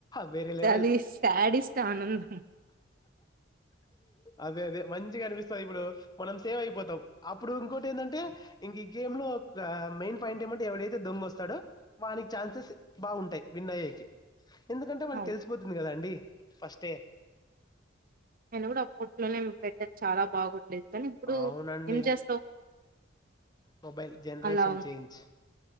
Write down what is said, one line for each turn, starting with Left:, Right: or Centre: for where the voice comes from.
Left: వేరవల్
Right: అది శాడిస్ట్ ఆనందం
Left: అదే అదే మంచి కనిపిస్తా ఇప్పుడు మనం సేవ్ అయిపోతాం అప్పుడు ఇంకోటి ఏంటంటే ఇంక ఈ గేమ్ లో ఒక మెయిన్ పాయింట్ ఏమంటే ఎవడైతే దొంగొస్తాడో వానికి ఛాన్సెస్ బాగు ఉంటాయి విన్ అయ్యేకి ఎందుకంటే వానికి
Right: అవును
Left: తెలిసిపోతుంది కదా అండి ఫస్ట్ ఏయర్
Right: నేను కూడా అప్పట్లోనే పెట్టది చాలా బాగుండేది కానీ ఇప్పుడు
Left: అవునండి.
Right: ఏం చేస్తావు
Left: మొబైల్ జెనరేషన్
Right: అలా ఉంది
Left: చేేంజ్